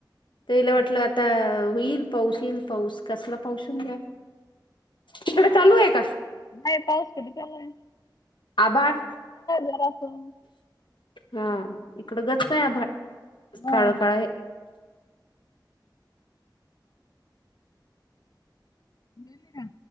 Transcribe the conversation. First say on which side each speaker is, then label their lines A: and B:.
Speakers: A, on the left; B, on the left.
A: तेला वाटलं आता होईल पाऊस येईल पाऊस कसला पाऊसून घ्या तकडे चालू आहे का
B: नाही पाऊस कधी पडलाय नाही
A: आभाड
B: जरासं
A: हा इकडं गच नाहीय आभड
B: हा
A: काळ काळे
B: गेले का